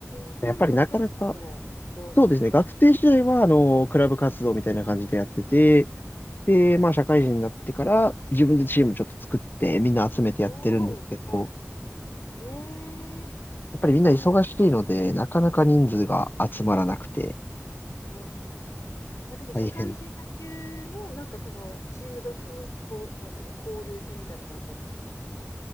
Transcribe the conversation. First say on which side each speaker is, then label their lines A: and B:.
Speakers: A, on the left; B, on the left.
A: ーそれはもう学生時代からちょっとやれて。
B: やっぱりなかなか、そうですね、学生時代は、あの、クラブ活動みたいな感じでやってて、で、
A: はい、
B: まあ、社会人になってから、自分でチームちょっと作って、みんな集めてやってるんですけど、
A: おお、えー、
B: やっぱりみんな忙しいので、
A: そう
B: なかなか人数が集まらなくて、
A: あーあ、でも社会人野球のなんかそのチーム同士のこう、
B: 大変。
A: なんだろう、交流戦みたいなのがあったりするんですか